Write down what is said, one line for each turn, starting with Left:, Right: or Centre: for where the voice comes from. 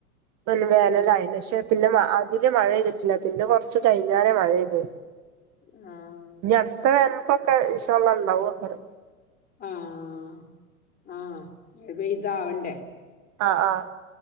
Right: പിന്നെ വേനലായില്ലെ
Left: ഉം
Right: പക്ഷെ പിന്നെ മ അതില് മഴയിതിട്ടില്ല പിന്നെ കൊറച്ച് കഴിഞ്ഞറ മഴെയ്ത്
Left: ആഹ്‌
Right: അടുത്ത വേനൽക്കെക്കെ ഇൻഷള്ള ഉണ്ടാവുംന്തോ
Left: ആഹ്‌ ആഹ്‌ ഇപ്പൊ ഇതാവണ്ടേ?
Right: ആഹ്‌ ആഹ്‌